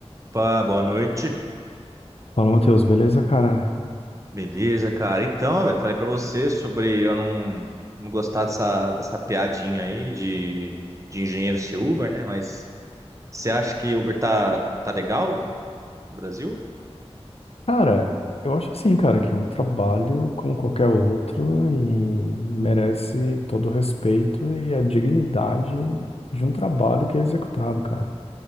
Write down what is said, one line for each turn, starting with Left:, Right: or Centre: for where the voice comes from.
Right: Opa, boa noite.
Left: Fala, Matheus, beleza, cara?
Right: Beleza, cara. Então, velho, falei pra você sobre eu não, não gostar dessa, dessa piadinha aí de, de engenheiro ser Uber, né? Mas você acha que Uber tá, tá legal no Brasil?
Left: Cara, eu acho assim, cara, que é um trabalho como qualquer outro e merece todo o respeito e a dignidade de um trabalho que é executado, cara.